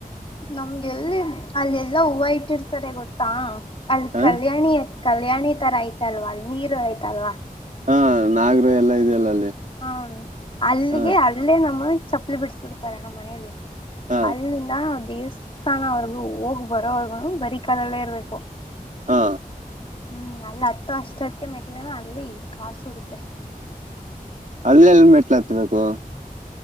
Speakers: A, on the left; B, on the right.
A: ನಮ್ಗೆ ಎಲ್ಲಿ ಅಲ್ಲ ಎಲ್ಲಾ ಹೂವ ಇಟ್ಟಿರ್ತಾರೆ ಗೊತ್ತಾ ಅಲ್ಲಿ
B: ಹ
A: ಕಲ್ಯಾಣಿ ಕಲ್ಯಾಣಿ ತರ ಐತಲ್ವಾ ನೀರು ಐ್ತಲ್ವಾ
B: ಹಾ ನಾಗರು ಎಲ್ಲಾ ಇದೆಯಲ್ಲ ಅಲ್ಲಿ
A: ಹ್ಮ ಅಲ್ಲಿಗೆ
B: ಹಾ
A: ಅಲ್ಲೇ ನಮ್ಮ ಚಪ್ಪಲಿ ಬಿಡ್ಸ್ ಬಿಿಡ್ತಾರೆ ನಮ್ಮ್ ಮನೇಲಿ
B: ಹಾ
A: ಅಲ್ಲಿದಾ ದೇವಸ್ಥಾನ ಅವರ್ಗು ಹೋಗ್ ಬರೋವರ್ಗು ಬರಿ ಕಾಲಲ್ಲೇ ಇರ್ಬೇಕು
B: ಹಾ
A: ಹ್ಮ್ ಅಲ್ಲಿ ಹತ್ತು ಅಷ್ಟದ್ಕ ಮೆಟ್ಲೆನ ಅಲ್ಲಿ ಕಾಸು ಉಡುತ್ತೆ
B: ಅಲ್ಲಲ್ಲಿ ಮೆಟ್ಲ ಹತ್ತಬೇಕು